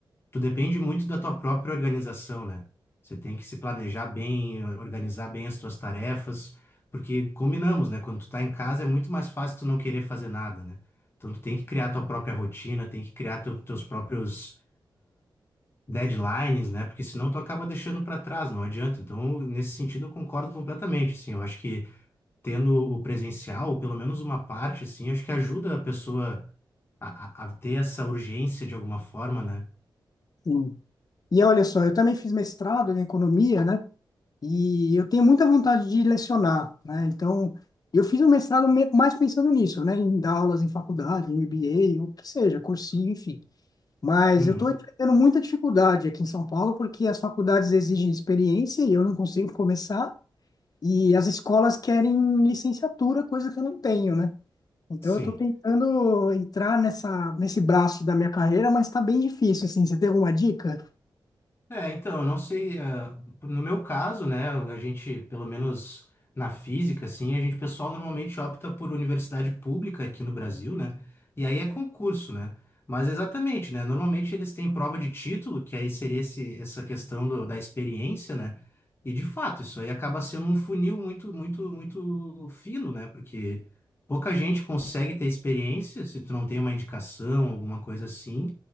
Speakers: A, on the left (about 30°); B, on the left (about 50°).
A: tu depende muito da tua própria organização, né? Você tem que se planejar bem, organizar bem as tuas tarefas, porque combinamos, né? Quando tu tá em casa é muito mais fácil tu não querer fazer nada, né? Então tu tem que criar tua própria rotina, tem que criar teu- teus próprios deadlines, né? Porque senão tu acaba deixando para trás, não adianta. Então, nesse sentido, eu concordo completamente, assim. Eu acho que tendo o presencial, ou pelo menos uma parte, assim, acho que ajuda a pessoa a, a- a ter essa urgência de alguma forma, né?
B: Sim. E olha só, eu também fiz mestrado em economia, né? E eu tenho muita vontade de lecionar, né? Então, eu fiz um mestrado me- mais pensando nisso, né? Em dar aulas em faculdade, em MBA, o que seja, cursinho, enfim. Mas
A: Uhum.
B: eu estou enfrentando muita dificuldade aqui em São Paulo porque as faculdades exigem experiência e eu não consigo começar. E as escolas querem licenciatura, coisa que eu não tenho, né? Então,
A: Sim.
B: eu estou tentando entrar nessa, nesse braço da minha carreira, mas está bem difícil, assim. Você tem alguma dica?
A: É, então, eu não sei, eh, no meu caso, né, a gente, pelo menos na física, assim, a gente, o pessoal normalmente opta por universidade pública aqui no Brasil, né, e aí é concurso, né, mas exatamente, né, normalmente eles têm prova de título, que aí seria esse, essa questão do- da experiência, né, e de fato, isso aí acaba sendo um funil muito, muito, muito fino, né, porque pouca gente consegue ter experiência se tu não tem uma indicação, alguma coisa assim,